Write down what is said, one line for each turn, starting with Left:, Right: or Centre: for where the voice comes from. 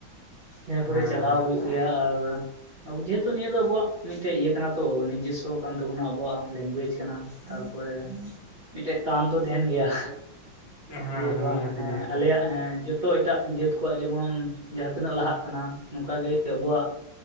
Right: ᱱᱤᱭᱟᱹ ᱠᱚᱨᱮ
Left: ᱦᱮᱸ
Right: ᱪᱟᱞᱟᱣ
Left: ᱦᱮᱸ
Right: ᱦᱩᱭᱩᱜ ᱜᱮᱭᱟ᱾ ᱟᱨ ᱟᱵᱚ ᱡᱮᱦᱮᱛᱩ ᱱᱤᱭᱟᱹ ᱫᱚ ᱟᱵᱚᱣᱟᱜ ᱢᱤᱫᱴᱮᱡ ᱤᱭᱟᱹ ᱠᱟᱱᱟ ᱛᱚ ᱱᱤᱡᱮᱥᱥᱚ ᱠᱟᱱ ᱛᱟᱵᱚᱱᱟ ᱟᱵᱚᱣᱟᱜ ᱞᱮᱝᱜᱩᱭᱮᱡ ᱠᱟᱱᱟ᱾ ᱛᱟᱨᱯᱚᱨᱮ ᱢᱤᱫᱴᱮᱡ ᱴᱟᱱ ᱛᱚ ᱛᱟᱦᱮᱱ ᱜᱮᱭᱟ᱾
Left: ᱦᱮᱸ
Right: ᱡᱮ ᱵᱟᱝ
Left: ᱱᱤᱦᱟᱹᱛᱤ
Right: ᱦᱮᱸ
Left: ᱱᱤᱦᱟᱹᱛᱤ
Right: ᱟᱞᱮᱭᱟᱜ ᱦᱮᱸ ᱡᱚᱛ ᱛᱚ ᱮᱴᱟᱜ ᱡᱟᱹᱛ ᱠᱚᱣᱟᱜ ᱡᱮᱢᱚᱱ ᱡᱟᱦᱟᱸᱛᱤᱱᱟᱹᱜ ᱞᱟᱦᱟᱜ ᱠᱟᱱᱟ ᱚᱝᱠᱟᱜᱮ ᱟᱵᱚᱣᱟᱜ